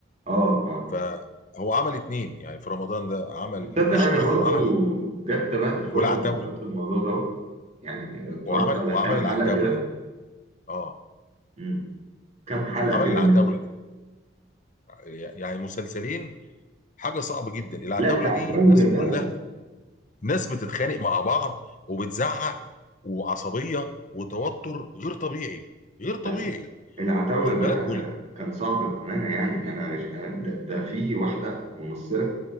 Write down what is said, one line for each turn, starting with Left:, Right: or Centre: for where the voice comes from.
Right: اه اه
Left: فهو عمل اتنين يعني في رمضان ده عمل
Right: تصدق
Left: ايش
Right: انا
Left: ايش
Right: برضو
Left: دي وعمل
Right: جت تابعت في
Left: والعتاوله
Right: وقت من الاوقات الموضوع دوت يعني اتفرجت
Left: وعمل
Right: على
Left: وعمل
Right: كام
Left: العتاوله
Right: حلقه كده
Left: اه
Right: مم. كام حلقه
Left: عمل
Right: كده
Left: العتاوله
Right: منه
Left: يعني مسلسلين حاجه صعبه جدا العتاوله
Right: لا العتاوله
Left: دي ناس
Right: ده
Left: كلها ناس بتتخانق مع بعض وبتزعق وعصبيه وتوتر غير طبيعي غير طبيعي
Right: لا لا العتاوله
Left: واخد
Right: ده
Left: بالك وال-
Right: كان صعب بامانه يعني انا ده, ده في واحده ممثله